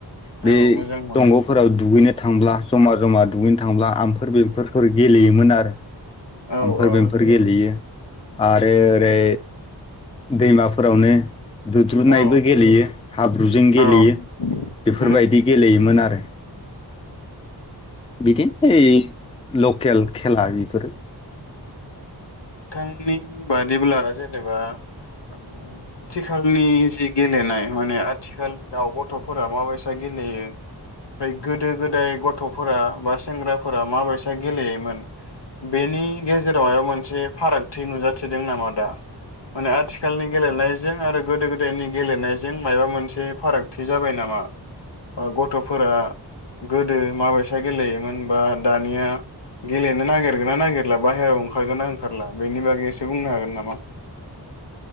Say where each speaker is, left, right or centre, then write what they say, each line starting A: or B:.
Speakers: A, on the left; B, on the left.
A: बे
B: औ मोजां मोन
A: दंग'फोराव दुगैनो थांब्ला जमा जमा दुगैनो थांब्ला आमफोर बेफोरफोर गेलेयोमोन आरो।
B: औ
A: ओमफ्राय बेमफोर
B: औ
A: गेलेयो। आरो ओरै दैमाफोरावनो दुद्रुनायबो
B: औ
A: गेलेयो हाब्रुजों गेलेयो
B: उम
A: बेफोरबायदि
B: औ
A: गेलेयोमोन आरो। <inaudible> बिदि ऐ लकेल खेला बेफोरो
B: नोंथांनि बादिब्ला जेनेबा ओं आथिखालनि जि गेलेनाय माने आथिखालाव गथ'फोरा माबायसा गेलेयो ब गोदो गोदाय गथ'फोरा बा सेंग्राफोरा माबायसा गेलेयोमोन? बेनि गेजेरावहाय मोन मोनसे फारागथि नुजाथिदों नामा? दा माने आथिखालनि गेलेनायजों आरो गोदो गोदायनि गेलेनायजों माबा मोनसे फारागथि जाबाय नामा? अ गथ'फोरा गोदो माबायसा गेलेयोमोन बा दानिया गेलेनो नागिरगोना नागिरला बाहेरायाव ओंखारगोना ओं खारला बेनि बागै एसे बुंनो हागोन नामा?